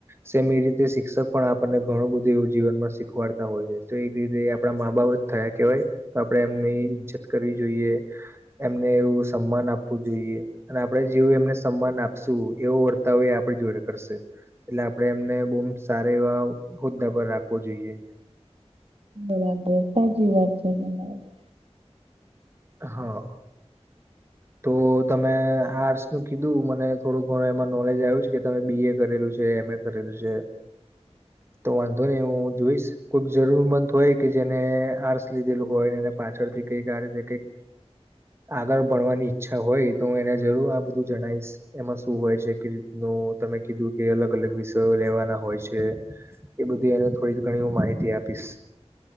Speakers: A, on the right; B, on the right.
A: સેમ એ રીતે શિક્ષક પણ આપણને ઘણું બધું એવું જીવનમાં. શીખવાડતા હોય છે તો એક રીતે આપડા મા બાપ થયા કેવાય. તો આપડે એમને ઈજ્જત કરવી જોઈએ એમને એવું સન્માન આપવું જોઈએ અને આપણે જેવું એમને સન્માન આપશું એવો વર્તાવ એ આપડે જોડે કરશે એટલે આપડે એમને બહુ સારા એવા હોદ્દા પર રાખવો જોઈએ
B: <unintelligible>
A: હા
B: <unintelligible>
A: તો તમે આર્ટસ નું કીધું મને થોડોક ઘણો એમાં નોલેજ આવ્યું છે કે તમે બી એ કરેલું છે એમ એ. કરેલું છે
B: <unintelligible>
A: તો વાંધો નહી હું જોઈશ. કોઈક જરૂર મંત હોય કે જેને આર્સ લીધેલું હોયને એને પાછળથી કઈક આ રીતે કઈક. આગળ ભણવાની ઈચ્છા હોય તો હું એને જરૂર આ બધું જણાવશ એમાં શું હોય છે કે રીતનું તમે કીધું કે અલગ અલગ વિષયો લેવાના હોય છે. એ બધી એને થોડી ઘણી હું માહિતી આપીશ